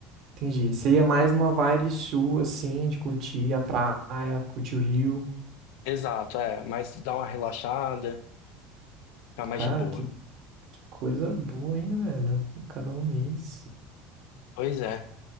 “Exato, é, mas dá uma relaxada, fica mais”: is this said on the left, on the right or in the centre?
Left